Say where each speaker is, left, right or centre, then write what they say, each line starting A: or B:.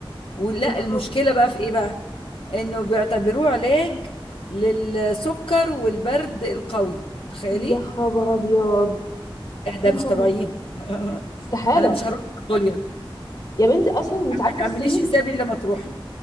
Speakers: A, on the left; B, on the left.
A: ولا
B: يا خب...
A: المشكلة بقى في ايه بقى انه بيعتبروه علاج للسكر والبرد القوي تخيلي
B: يا خبر ابيض
A: آه، ده
B: يا
A: مش
B: خبر
A: طبيعيين <laughs>
B: استحاله
A: انا مش هروح منغوليا
B: يا بنتي اصلا انت عارفه
A: ما تعمليش
B: الصين
A: حسابي لما تروحي